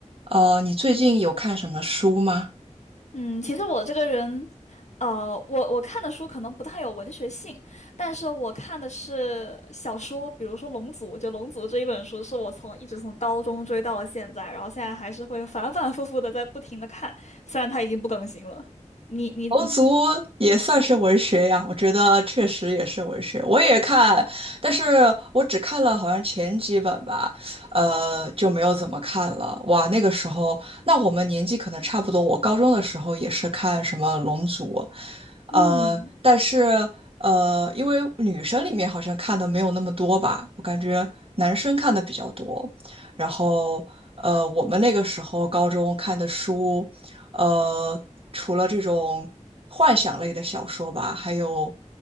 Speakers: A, on the right (about 45°); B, on the left (about 65°).
A: 呃，你最近有看什么书吗？
B: 嗯，其实我这个人，呃，我我看的书可能不太有文学性，但是我看的是小说，比如说《龙族》，就《龙族》这一本书，是我从一直从高中追到了现在，然后现在还是会反反复复的在不停的看，虽然它已经不更新了。你你你，
A: 龙族也算是文学呀，我觉得确实也是文学。我也看，但是我只看了好像前几本吧，呃，就没有怎么看了。哇，那个时候，那我们年纪可能差不多。我高中的时候也是看什么龙族，呃，
B: 嗯，
A: 但是呃，因为女生里面好像看的没有那么多吧，我感觉男生看的比较多。然后，呃，我们那个时候高中看的书。呃，除了这种幻想类的小说吧，还有